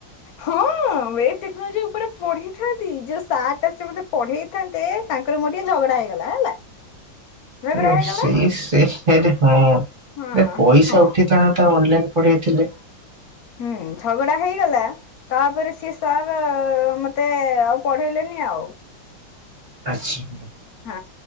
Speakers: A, on the left; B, on the right.
A: ହଁ ୱେବ ଟେକ୍ନୋଲୋଜି ଉପରେ ପଢେଇଥାନ୍ତି ଯୋଉ ସାର୍ ଟା ସେ ମତେ ପଢେଇ ଥାନ୍ତେ ତାଙ୍କର ମୋ ଟେ ଝଗଡା ହେଇଗଲା ହେଲା। ଝଗଡା
B: ଏ
A: ହେଇଗଲା
B: ସେଇ ସେଇ ସେର ହଁ।
A: ହଁ
B: ଏ ପଇସା
A: ହଁ
B: ଉଠିଥାନ୍ତା ଅନଲାଇନ ପଢେଇଥିଲେ।
A: ହୁଁ ଝଗଡା ହେଇଗଲା। ତାପରେ ସିଏ ସାର୍ ମତେ ଆଉ ପଢେଇଲେନି ଆଉ।
B: ଆଛା
A: ହଁ।